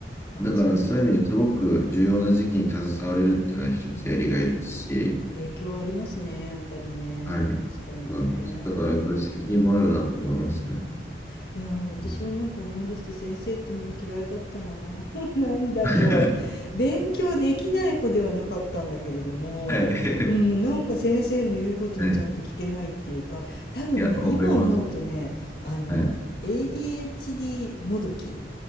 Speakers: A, on the left; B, on the left.
A: ああ、
B: だからそういう意味ですごく重要な時期に携われるっていうのは一つやりがいですし、
A: そういう、うん。影響ありますね、やっぱりね。
B: はい、
A: 確かにね。
B: そうなんです。だからやっぱり責任もあるなと思いますね。
A: うん。うん。いやー、私はなんか思い出すと先生ってみんな嫌いだったな。
B: うん
A: <laughs> なんだろう。
B: <laughs>
A: 勉強できない子ではなかったんだけれども、
B: はい。<laughs>
A: うん、なんか先生の言うことをちゃんと聞けないっていうか、
B: はい。
A: 多分ね、
B: いや、わかります。
A: 今思うとね、あの、
B: はい。
A: ADHD もどき。